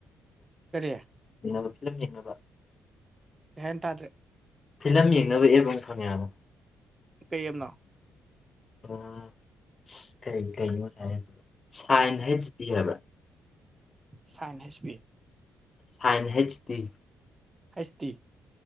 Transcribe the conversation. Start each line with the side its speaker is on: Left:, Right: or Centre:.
Right: ꯀꯔꯤ
Left: ꯕ ꯐꯤꯂꯝ ꯌꯦꯡꯕ <inaudible>
Right: ꯀꯩ ꯍꯤꯢꯅꯣ ꯇꯥꯗꯔꯦ
Left: ꯐꯤꯂꯝ ꯌꯦꯡꯅꯕ ꯑꯦꯞ ꯑꯃ ꯈꯪꯉꯦ ꯍꯥꯢꯕ
Right: ꯄꯦꯝꯅꯣ
Left: ꯑꯣ ꯀꯔꯤ ꯀꯅꯣ ꯍꯥꯏ ꯁꯥꯏꯟ ꯍꯥꯏꯁꯤꯗꯤ ꯍꯥꯏꯕ꯭ꯔꯥ
Right: ꯁꯥꯏꯟ ꯍꯁ ꯄꯤ
Left: ꯁꯥꯏꯟ ꯍꯩꯆ ꯗꯤ
Right: ꯍꯩꯆ ꯗꯤ